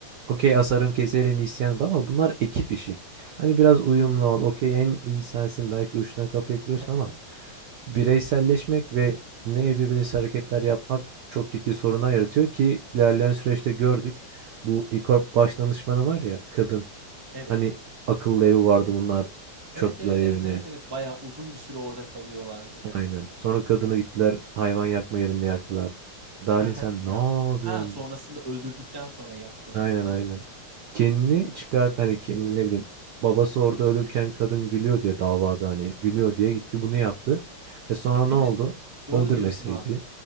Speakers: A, on the right; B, on the right.
A: okey asarım, keserim, isyan baba bunlar ekip işi. Hani biraz uyumlu ol. Okey en iyi sensin belki uçtan kafaya kırıyorsun
B: <laughs>
A: ama bireyselleşmek ve ne edebilirse hareketler yapmak çok ciddi sorunlar yaratıyor ki ilerleyen süreçte gördük. Bu İKORP baş danışmanı var ya kadın.
B: Evet.
A: Hani, akıllı evi vardı bunlar, çöktüler
B: Evet evet
A: evine.
B: evet evet evet. Bayağı uzun bir süre orada kalıyorlardı.
A: Aynen. Sonra kadını gittiler hayvan yakma yerinde yaktılar. Dalin
B: <laughs>
A: sen ne
B: Yak.
A: yapıyorsun?"
B: Ha sonrasında öldürdükten sonra yaktılar.
A: Aynen,
B: Evet.
A: aynen. Kendini çıkar hani, kendini ne bileyim, babası orada ölürken kadın gülüyor diye davada, hani, gülüyor diye gitti bunu yaptı. E, sonra
B: Değil
A: ne oldu?
B: mi? Doğru
A: Öldürmeseydi
B: diyorsun abi.